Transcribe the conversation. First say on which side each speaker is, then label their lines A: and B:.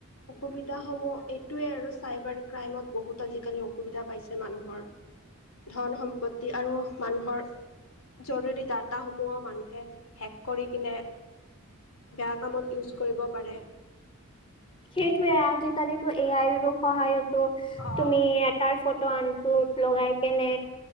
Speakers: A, on the left; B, on the left.
A: অসুবিধাস সমূহ এইটোৱে আৰু, চাইবাৰ ক্ৰাইমত বহুত আজিকালি অসুবিধা পাইছে মানুহৰ। ধন-সম্পত্তি আৰু মানুহৰ জৰুৰী ডাটাসমূহ মানুহে হেক কৰি কিনে বেয়া কামত ইউজ কৰিব পাৰে।
B: সেইটোৱে আজিকালিটো এ আইৰো সহায়তো
A: অ'।
B: তুমি, এটাৰ ফ'টো আনটোত লগাই এনে